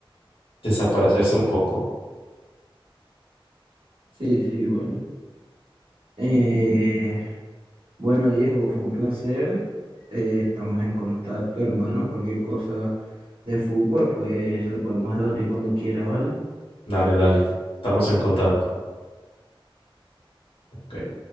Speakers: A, on the left; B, on the right.
A: desaparecerse un poco.
B: Sí, sí, bueno. Eh, bueno, Diego, fue un placer. Eh, estamos en contacto, hermano. Cualquier cosa de fútbol, pues lo podemos debatir cuando quieras, ¿vale?
A: Dale, dale, estamos en contacto. Ok.